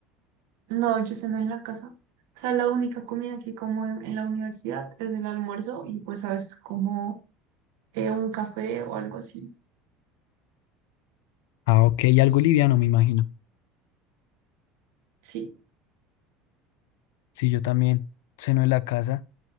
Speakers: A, on the right; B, on the left.
A: No, yo ceno en la casa. O sea, la única comida que como en, en la universidad es el almuerzo y pues a veces como eh, un café o algo así.
B: Ah, ok, y algo liviano, me imagino.
A: Sí.
B: Sí, yo también ceno en la casa.